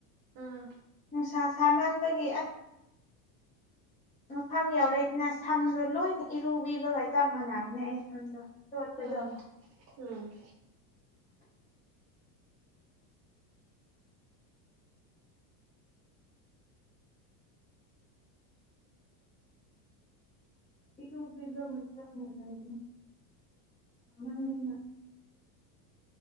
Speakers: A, on the right; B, on the left.
A: ꯑꯥ
B: ꯅꯨꯡꯁꯥ ꯁꯥꯃꯥꯟꯕꯒꯤ ꯑꯥ ꯃꯐꯝ ꯌꯧꯔꯦꯗꯅ ꯁꯝꯗꯣ ꯂꯣꯏꯅ ꯏꯔꯨꯕꯤꯕꯒ ꯆꯞ ꯃꯥꯟꯅꯈꯔꯦ ꯑꯩ ꯁꯝꯗꯣ ꯆꫭꯠꯄꯗꯣ
A: ꯑꯥ ꯎꯝ
B: ꯏꯕꯤꯕꯃ <unintelligible>